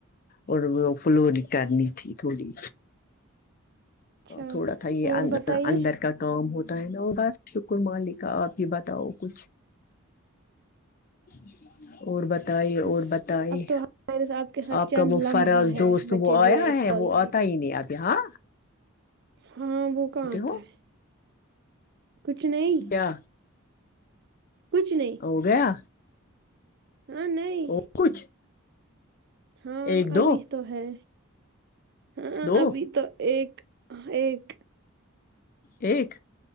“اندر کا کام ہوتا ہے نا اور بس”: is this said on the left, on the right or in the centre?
Left